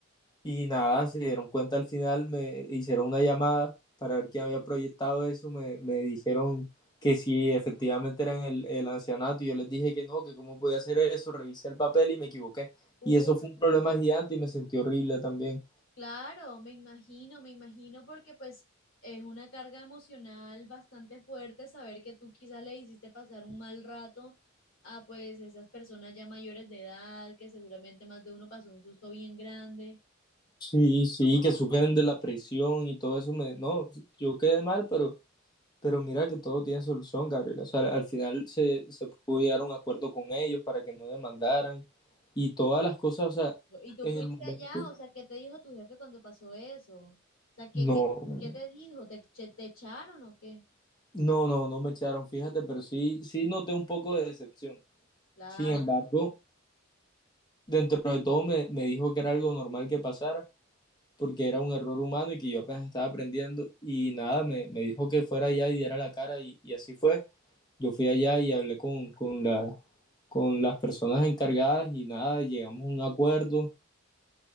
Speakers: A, on the left (about 20°); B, on the left (about 75°).
A: Y nada, se dieron cuenta al final, me hicieron una llamada para ver quién había proyectado eso, me, me dijeron que si efectivamente eran el, el ancianato y yo les dije que no, que cómo podía hacer eso, revisé el papel y me equivoqué.
B: Uh,
A: Y eso fue un
B: perdón.
A: problema gigante y me sentí horrible también.
B: Claro, me imagino, me imagino porque pues es una carga emocional bastante fuerte saber que tú quizás le hiciste pasar un mal rato a pues esas personas ya mayores de edad, que seguramente más de uno pasó un susto bien grande.
A: Sí, sí,
B: No.
A: que sufren de la presión y todo eso. Me, no, yo quedé mal, pero, pero mira que todo tiene solución, Gabriela. O sea, al final se, se pudo llegar a un acuerdo con ellos para que no demandaran y todas las cosas. O sea,
B: ¿Y tú
A: en
B: fuiste
A: el momento,
B: allá? O sea, ¿qué te dijo tu jefe cuando pasó eso? O sea, ¿qué,
A: no,
B: qué, qué te dijo? ¿Te, che- te echaron o qué?
A: no, no, no me echaron, fíjate, pero sí, sí noté un poco de decepción.
B: Claro.
A: Sin embargo, dentro de todo me, me dijo que era algo normal que pasara, porque era un error humano y que yo apenas estaba aprendiendo. Y nada, me, me dijo que fuera allá y diera la cara y y así fue. Yo fui allá y hablé con, con la, con las personas encargadas y nada, llegamos a un acuerdo,